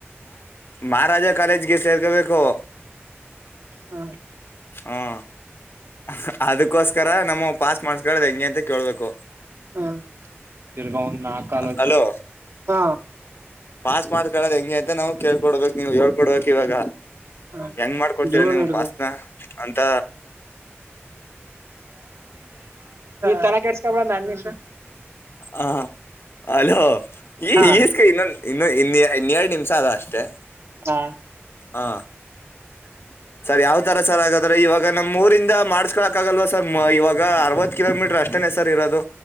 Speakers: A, on the left; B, on the right.
A: ಮಹಾರಾಜ ಕಾಲೇಜ್ಗೆ ಸೇರ್ಕೋಬೇಕು
B: ಹಾ
A: ಹೂ <inaudible> ಅದಕೋಸ್ಕರ ನಮ್ಮ ಪಾಸ್ ಮಾಡಸ್ಕೊಳ್ಳದು ಹೆಂಗೆ ಅಂತ ಕೇಳ್ಬೇಕು
B: ಹಾ <unintelligible>
A: ಅಲೋ
B: ಹಾ
A: ಪಾಸ್ ಮಾಡ್ಕೊಳೋ ಹೆಂಗೆ ಅಂತ ನಾವು ಕೇಳ್ಕೊಡ್ಬೇಕು ನೀವು ಹೇಳ್ಕೊಡ್ಬೇಕ್ ಇವಾಗ
B: <unintelligible> <unintelligible>
A: ಹೆಂಗ್ ಮಾಡ್ಕೊಡ್ತೀರಾ
B: ನಿನ್
A: ನೀವು ಪಾಸ್ನ ಅಂತ
B: ತಲೆ ಕೆಡಿಸ್ಕೊಬೇಡ ನನ್ ಇಷ್ಟ
A: ಹಾ ಹಲೋ ಇಸ್ಕೊ
B: ಹಾ
A: ಇಸ್ಕೊ ಇನ್ನೊ ಇನ್ನೊ ಇನ್ಯ ನಿಮಿಷ <unintelligible> ಅಷ್ಟೇ
B: ಹಾ
A: ಹಾ
B: <inaudible>
A: ಸರ್ ಯಾವ್ ತರ ಸರ್ ಹಾಗಾದ್ರೆ ಇವಾಗ ನಮ್ಮ್ ಊರಿಂದ ಮಾಡ್ಸ್ಕೊಕ್ ಆಗಲ್ವ ಸರ್ ಇವಾಗ ಅರವತ್ ಕಿಲೋಮೀಟರ್ ಅಷ್ಟೇ ಸರ್ ಇರೋದು